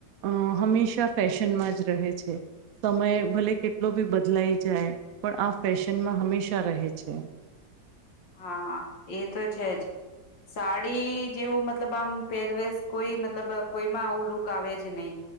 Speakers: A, on the right (about 60°); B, on the left (about 80°).
A: અ હંમેશા ફેશનમાં જ રહે છે સમય ભલે કેટલો બી બદલાઈ જાય, પણ આ ફેશનમાં હંમેશા રહે છે.
B: હા એ તો છે જ, સાડી જેવું મતલબ આમ પહેરવે કોઈ મતલબ કોઈમાં આવું લુક આવે જ નહી,